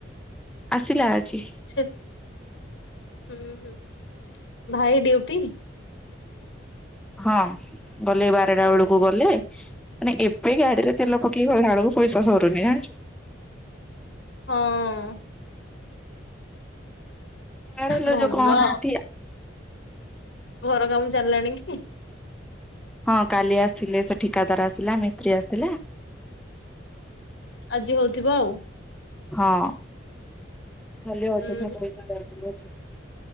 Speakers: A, in the centre; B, on the left.
A: ଆସିଲା ଆଜି।
B: ସେ ହୁଁ ହୁଁ ଭାଇ ଡ୍ୟୁଟି
A: ହଁ ଗଲେ ବାରଟା ବେଳୁକୁ ଗଲେ ମାନେ ଏବେ ଗାଡିରେ ତେଲ ପ କିଏ କଲା ବେଳୁକୁ ପଇସା ସରୁନି ଆଁ।
B: ହଁ।
A: ଆଡ ହେଲେ
B: ଭଲ
A: ଯୋଉ କନାଥିଆ
B: ଘର କାମ ଚାଲିଲାଣି କି?
A: ହଁ କାଲି ଆସିଲେ ସେ ଠିକାଦାର ଆସିଲା ମିସ୍ତ୍ରୀ ଆସିଲା। ହଛି
B: ଆଜି ହୋଉଥିବ ଆଉ।
A: ହଁ ଖାଲି ଅଯଥା
B: ହୁଁ
A: ପଇସା ଦାଉଜ